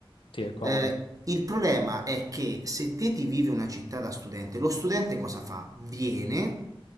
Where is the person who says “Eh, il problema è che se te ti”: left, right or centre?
Right